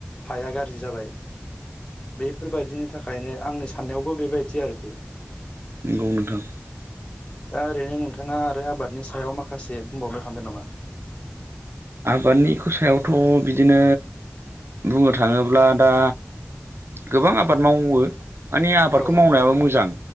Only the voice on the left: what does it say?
हाया गाज्रि जाबाय बेफोरबायदिनि थाखायनो आंनि साननायावबो बेबायदि आरोखि
दा ओरैनो नोंथाङा आरो आबादनि सायाव माखासे बुंबावनो सानदों नामा
औ